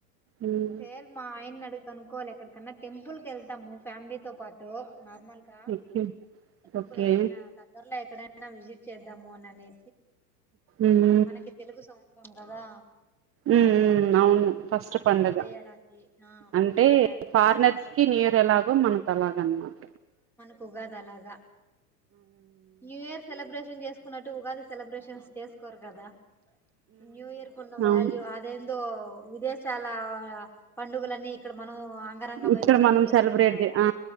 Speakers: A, on the right; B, in the centre.
A: ఉమ్
B: చేేల్ మా ఆయన్డుకు కనుకోవాలి ఎక్కడికన్నా టెంపుల్ క వెళ్తాము ఫ్యామిలీతోో పాటు నార్మల్గా
A: ఓకే
B: టెంపులు
A: ఓకే
B: ఏదైనా దగ్గర్లో ఎక్కడైనా విజిట్ చేద్దాము అని అనే
A: ఉమ్
B: మనకి తెలుగు సంత్స్రం అదా
A: ఉ అవును ఫస్ట్ ప పడుగ
B: కొత్త ఏడాది ఆ కొత్త
A: అంటే
B: ఏడాది
A: ఫారినర్స్
B: కొత్త
A: కి
B: సంవత్సరం
A: నియర్ ఎలాగో మనకు అలాగ అనమాట
B: క్కుగాదలాగా న్యూ ఇయర్ సెలిబ్రషన్ న్ చేసుకున్నట్టు ఉగాది సెలబ్రేషన్ చేసుకోరు కదా న్యూ ఇయర్ ఉన్న వల్్యూ
A: అవును
B: అదే విదేశాల పండుగలన్నీ ఇక్కడ మ మన అంగరంగ వైభవంగా
A: ఇక్కడ మనం
B: చేసుకుంటాము
A: సెలబ్రేట్ ఆ